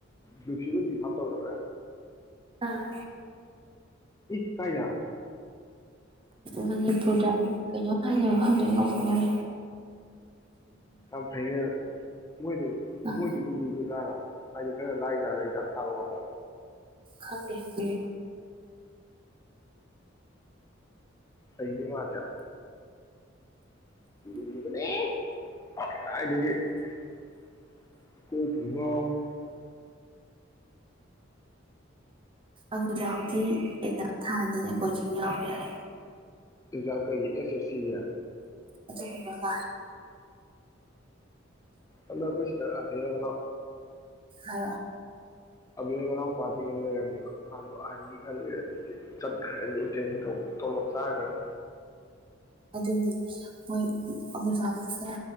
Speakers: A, on the left; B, on the right.
A: ꯅꯨꯡꯁꯤꯕ ꯗꯤꯐꯥꯝ ꯇꯧꯗꯧꯔꯦ
B: ꯑꯥ
A: ꯏ ꯀꯥꯏꯗ
B: ꯃꯅꯤꯄꯨꯔꯗ ꯀꯩꯅꯣꯝ ꯍꯥꯏꯅ ꯃꯐꯝꯗꯨꯒꯤ ꯑꯩ ꯀꯥꯎꯊꯣꯛꯀꯔꯦ
A: ꯌꯥꯝ ꯐꯩꯩꯅ ꯃꯣꯏꯗꯨ
B: ꯇꯧ
A: ꯃꯣꯏꯗꯨꯕꯨ ꯂꯨꯗꯖꯥꯠꯒ ꯍꯥꯏꯗꯤ ꯈꯔ ꯂꯥꯏꯖꯔꯦ ꯑꯩꯖꯥꯝ ꯊꯥꯕꯥ ꯈꯣꯠꯄ
B: ꯈꯪꯗꯦ ꯐ
A: ꯁꯩꯩꯅ ꯃꯥꯔꯌꯥ ꯗꯤ ꯀ ꯋꯥ
B: ꯑꯖꯥꯎꯗꯤꯤ ꯑꯦꯛꯖꯥꯝ ꯊꯥꯅꯤꯅ ꯑꯩꯈꯣꯏꯁꯨ ꯌꯥꯎ ꯌꯥꯦ
A: ꯏꯜꯖꯥ ꯀꯔꯤꯒꯤ ꯑꯦꯁ ꯑꯦꯁ ꯁꯤ ꯂꯌꯥ
B: ꯑꯗꯨ ꯍ
A: ꯑꯦꯀ ꯏꯁ ꯑꯕꯅ
B: ꯑ
A: ꯑꯕ ꯃꯅꯥꯎꯄꯥꯋꯥꯁꯤꯡꯒ ꯂꯩꯔꯝꯃꯦꯕ ꯃꯥꯅ ꯑꯥꯔꯃꯤ ꯈꯟꯈ꯭ꯔꯅꯤꯗꯤ ꯆꯠꯈ꯭ꯔꯅꯤ ꯇꯦꯅꯤꯡ ꯇꯣꯂꯣꯞ ꯆꯥꯈ꯭ꯔꯅꯤ
B: ꯑꯗꯨꯒꯤ ꯃꯣꯏ ꯑꯕꯨꯖꯁꯤꯅꯦ